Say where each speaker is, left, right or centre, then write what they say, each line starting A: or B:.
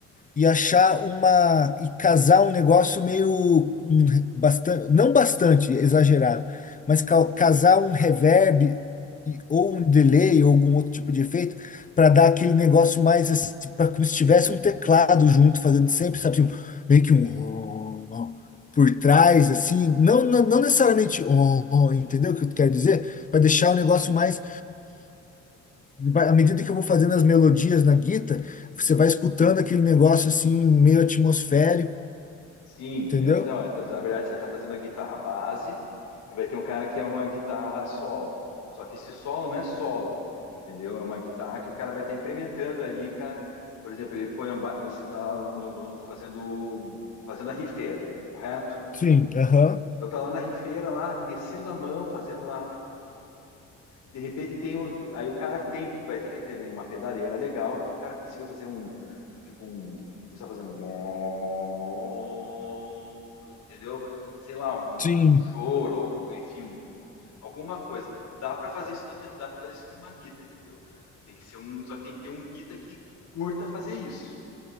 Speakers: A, on the left; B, on the left.
A: e achar uma e casar um negócio meio um, bastante, não bastante exagerado, mas ca- casar um reverb e- ou um delay ou algum outro tipo de efeito para dar aquele negócio mais assim, pra, como se tivesse um teclado junto fazendo sempre, sabe, assim, um, meio que um ó, ó, por trás assim, não não, não necessariamente ó, ó, entendeu o que eu quero dizer? Para deixar o negócio mais à medida que eu vou fazendo as melodias na guita, você vai escutando aquele negócio assim, meio atmosférico,
B: Sim,
A: entendeu?
B: é, então, então, na verdade você vai estar fazendo a guitarra base e vai ter um cara que é uma guitarra solo. Só que esse solo não é solo, entendeu? É uma guitarra que o cara vai estar incrementando ali, cara. Por exemplo, ele põe a ba- você está lá no- no- fazendo fazendo a rifeira ali, correto?
A: Sim, aham.
B: Então tá lá na rifeira lá, descendo a mão, fazendo lá de repente tem o, aí o cara tem vai ter que ter uma pedaleira legal que o cara consiga fazer um tipo um você está fazendo um entendeu sei lá um
A: Sim,
B: choro ou enfim um, alguma coisa dá para fazer isso na dá para fazer isso com uma guita entendeu tem que ser um só que tem que ter um guita que curta fazer isso